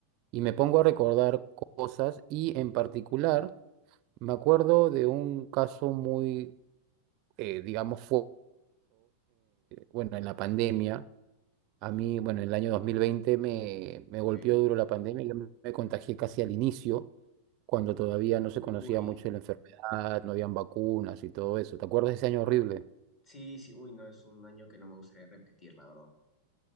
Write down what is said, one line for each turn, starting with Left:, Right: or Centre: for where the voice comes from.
Right: y me pongo a recordar cosas y en particular... Me acuerdo de un caso muy, eh, digamos, fuerte. bueno, en la pandemia, a mí, bueno, en el año 2020 me, me
Left: Ok.
Right: golpeó duro la pandemia, yo me me contagié casi al inicio, cuando todavía no se conocía
Left: Uy,
Right: mucho de la enfermedad, no habían vacunas y todo eso. ¿Te acuerdas de ese año horrible?
Left: sí, sí, uy, no, es un año que no me gustaría repetir, la verdad.